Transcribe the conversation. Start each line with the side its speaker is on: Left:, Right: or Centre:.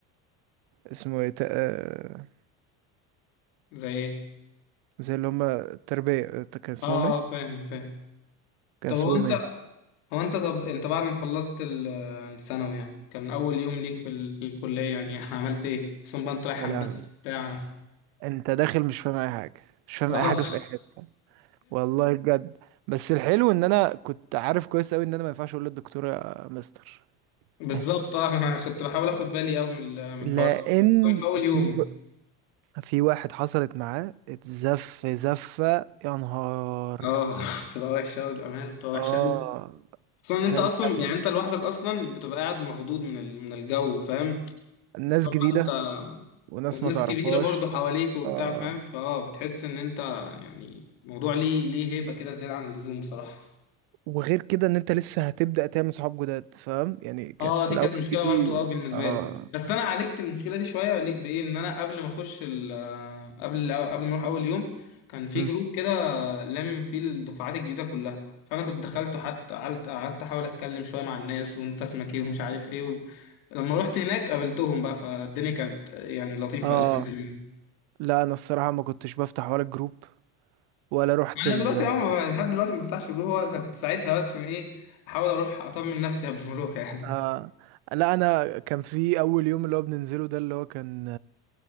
Right: اسمه ايه تا- آه،
Left: زي ايه
Right: زي اللي هما التربية آه، كان اسمهم
Left: اه
Right: ايه؟
Left: اه فاهم فاهم
Right: كان
Left: طب
Right: اسمهم
Left: هو انت
Right: ايه؟
Left: هو انت طب انت بعد ما خلصت ال- الثانوي يعني كان اول يوم ليك في, ال... في الكلية يعني <laughs> عملت ايه؟ اصلا بقى انت رايح
Right: يا
Left: هندسة
Right: لهوي
Left: بتاع
Right: انت داخل مش فاهم اي حاجة مش فاهم
Left: <laughs> اه
Right: اي حاجة في اي حتة والله بجد بس الحلو ان انا كنت عارف كويس اوي ان انا ما ينفعش اقول للدكتور يا مستر
Left: بالظبط
Right: <laughs>
Left: اه انا كنت بحاول اخد بالي قوي من ال- من
Right: لان
Left: الحوار ده خصوصاً في اول
Right: في
Left: يوم
Right: في واحد حصلت معاه اتزف زفة يا نهار
Left: اه <laughs> بتبقى وحشة قوي بأمانة بتبقى وحشة
Right: اه
Left: قوي خصوصا ان انت
Right: كان
Left: اصلا
Right: كان
Left: يعني انت لوحدك اصلا بتبقى قاعد مخضوض من ال... من الجو فاهم؟
Right: ناس
Left: طبعا
Right: جديدة
Left: انت
Right: وناس
Left: والناس
Right: ما تعرفهاش
Left: كبيرة برضو حواليك وبتاع
Right: آه.
Left: فاهم فاه بتحس ان انت يعني موضوع ليه ليه هيبة كده زيادة عن اللزوم بصراحة
Right: وغير كده ان انت لسه هتبدأ تعمل صحاب جداد فاهم يعني كانت
Left: اه
Right: في
Left: دي
Right: الاول
Left: كانت مشكلة
Right: دي دي
Left: برضو اه بالنسبة
Right: اه
Left: لي بس انا عالجت المشكلة دي شوية ليه- بايه ان انا قبل ما اخش ال- آه، قبل قبل ما اروح اول يوم كان في
Right: مم.
Left: جروب كده لامم فيه الدفعات الجديدة كلها فانا كنت دخلت وحتى قعدت قعدت احاول اتكلم شوية مع الناس وانت اسمك ايه ومش عارف ايه و... لما رحت هناك قابلتهم بقى فالدنيا كانت يعني لطيفة
Right: اه
Left: الى حد ما
Right: لا انا الصراحة ما كنتش بفتح ولا الجروب ولا رحت
Left: انا
Right: ال
Left: دلوقتي اه ما- لحد دلوقتي ما بفتحش جروب هو كانت ساعتها بس من ايه احاول اروح اطمن نفسي قبل ما اروح <laughs> يعني
Right: آه. لا انا كان في اول يوم اللي هو بننزله ده اللي هو كان